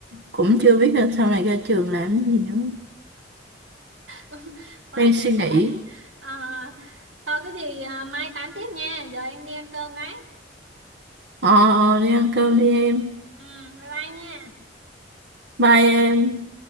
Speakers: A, on the right (about 65°); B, on the right (about 80°).
A: cũng chưa biết là sau này ra trường làm gì nữa.
B: <laughs> quá
A: Đang
B: trời
A: suy nghĩ.
B: quá đất ờ thôi cái gì à, mai tám tiếp nha giờ em đi ăn cơm cái
A: Ờ, ờ, đi ăn cơm đi em.
B: ừ bye bye nha
A: Bye em.